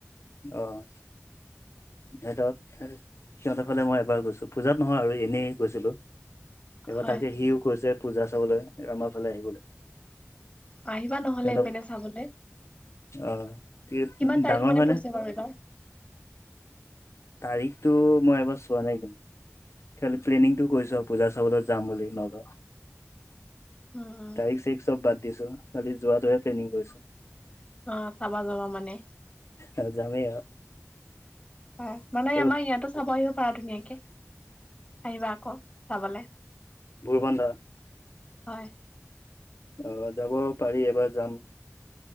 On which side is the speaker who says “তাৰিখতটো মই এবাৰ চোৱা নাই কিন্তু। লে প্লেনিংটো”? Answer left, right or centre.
Left